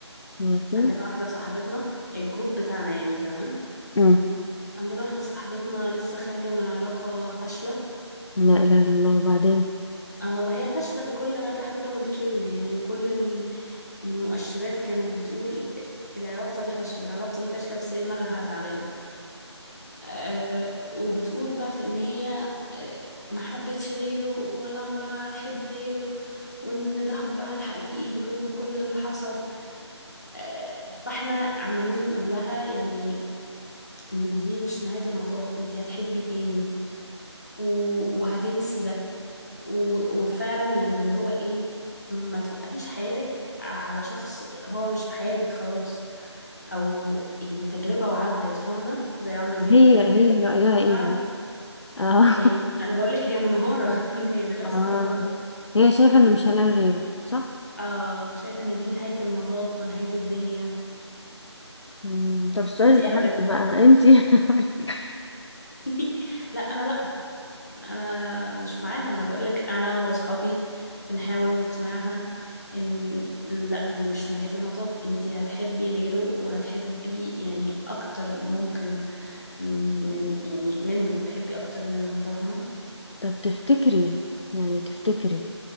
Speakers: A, on the left (about 70°); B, on the left (about 35°).
A: ماشي
B: عندنا واحدة صاحبتنا الجروب بتاعنا يعني تمام
A: امم
B: عندنا واحدة صاحبتنا لسه خارجة من علاقة فاشلة
A: لا لا لا وبعدين
B: اه وهي فاشلة بكل ما تحمله الكلمة يعني وكل ال- المؤشرات كانت بتقول العلاقة دي فاشلة العلاقة دي فاشلة بس هي دماغها تعبانة آه وبتقول بقى في ان هي آه ما حبتش غيره ولا عمرها هتحب غيره وان ده حبها الحقيقي بالرغم من كل اللي حصل آه فاحنا عمالين بنقول لها يعني إن دي مش نهاية المطاف انتي هتحبي تاني و- وهتنسي ده و- وفعلا يعني اللي هو ايه ما توقفيش حياتك على شخص هو مش في حياتك خلاص او يعني تجربة وعدت فاهمة زي عمرو دياب
A: هي
B: كده
A: هي
B: تجربة
A: رأيها ايه
B: وعدت
A: اه
B: هي انا بقول لك هي منهارة <laughs> هي
A: <laughs>
B: دلوقتي
A: اه
B: منهارة
A: هي شايفة انه مش هلاقي غيره صح
B: اه شايفة ان دي نهاية المطاف ونهاية الدنيا
A: أمم، طب السؤال
B: انت
A: الاهم
B: ايه رأيك
A: بقى انتي <laughs>
B: <laughs> لا انا لا انا مش معاها ما انا بقولك انا واصحابي بنحاول نقنعها ان لا دي مش نهاية المطاف انتي هتحبي غيره وهتحبي يعني اكتر ممكن من, من يعني منه هتحبي اكتر منه فاهمة
A: طب تفتكري يعني تفتكري